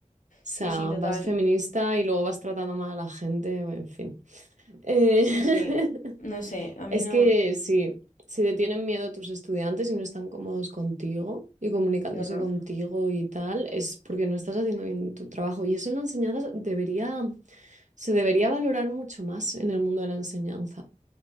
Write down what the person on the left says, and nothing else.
Sí, sí, total.
Sí, sí.
No sé, a mí
no.
Qué horror.